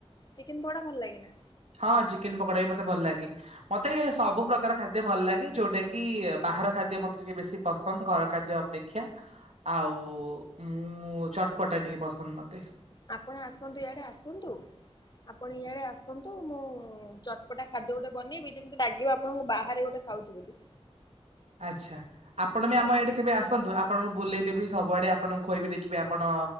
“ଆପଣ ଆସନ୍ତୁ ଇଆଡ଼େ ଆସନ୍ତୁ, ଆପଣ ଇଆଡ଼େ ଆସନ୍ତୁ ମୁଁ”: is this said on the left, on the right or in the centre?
Left